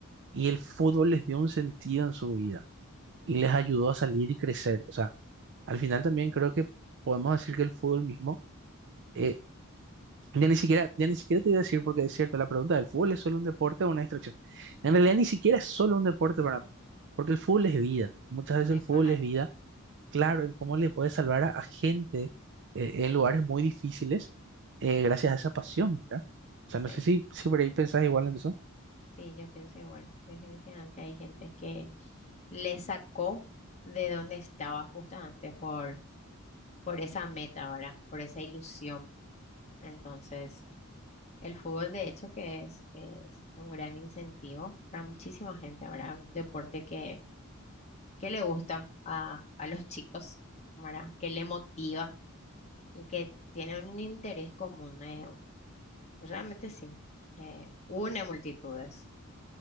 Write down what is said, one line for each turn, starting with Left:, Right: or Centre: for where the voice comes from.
Right: y el fútbol les dio un sentido en su vida y les ayudó a salir y crecer. O sea, al final también creo que podemos decir que el fútbol mismo eh, Ya ni siquiera, ya ni siquiera te iba a decir porque es cierto, la pregunta del fútbol es solo un deporte o una distracción. En realidad ni siquiera es solo un deporte para mí, porque el fútbol es vida. Muchas veces
Left: es
Right: el fútbol
Left: más allá.
Right: es vida, claro, en cómo le puede salvar a, a gente eh, en lugares muy difíciles eh, gracias a esa pasión, ¿verdad? O sea,
Left: Sí.
Right: no sé si, si por ahí pensás igual en eso.
Left: Sí, yo pienso igual. Definitivamente hay gente que le sacó de donde estaba justamente por, por esa meta, ¿verdad? Por esa ilusión. Entonces, el fútbol de hecho que es, es un gran incentivo para muchísima gente, ¿verdad? Un deporte que, que le gusta a, a los chicos, ¿verdad? Que le motiva y que tiene un interés común. eh, Realmente sí, eh, une multitudes.